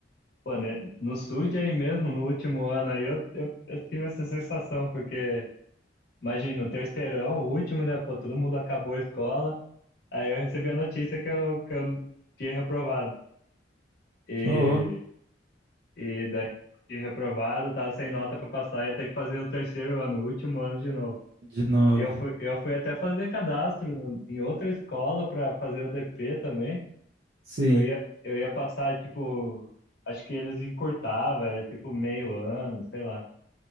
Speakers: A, on the left; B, on the right.
A: Pô, né, no SUD aí mesmo, no último ano aí, eu, eu, eu tive essa sensação, porque, imagina, o terceirão, o último, né? Pô, todo mundo acabou a escola. Aí eu recebi a notícia que eu, que eu tinha reprovado. E
B: Ô, ô,
A: E daí fiquei reprovado, tava sem nota pra passar, ia ter que fazer o terceiro ano, o último ano de novo.
B: de novo.
A: E eu fui, eu fui até fazer cadastro no- em outra escola pra fazer o DP também,
B: Sim.
A: que eu ia, eu ia passar, tipo, acho que eles encurtavam, era tipo meio ano, sei lá.